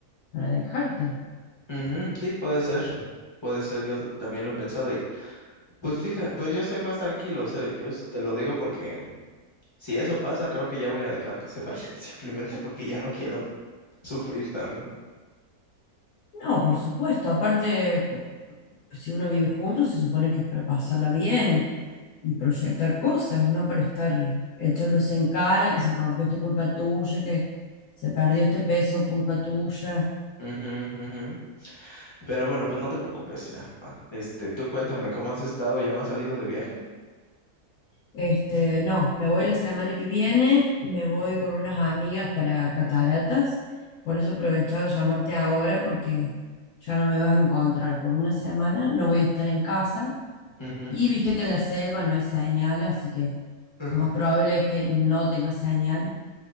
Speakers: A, on the left (about 75°); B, on the left (about 30°).
A: para dejarte.
B: Ujú, Sí, puede ser, puede ser, yo t- también lo he pensado y pues fíjate, pero yo estoy más tranquilo, o sea, yo es- te lo digo porque si eso pasa, creo que ya voy a dejar que se vayan, <laughs> simplemente porque ya no quiero sufrir también.
A: No, por supuesto. Aparte, cu- si uno vive junto, se supone que es para pasarla bien y proyectar cosas, no para estar echándose en cara que se rompió esto culpa tuya, que se perdió este peso culpa tuya.
B: Ujú, ujú, ujú. Pero bueno, pues no te preocupes ya. va. Este, tú cuéntame cómo has estado, ¿ya no has salido de viaje?
A: Este, no, me voy la semana que viene, me voy con unas amigas para cataratas. Por eso aprovechaba llamarte ahora porque ya no me vas a encontrar por una semana, no voy a estar en casa.
B: Ujú.
A: Y viste que en la selva no hay señal, así que
B: <laughs>
A: lo más probable es que no tenga señal,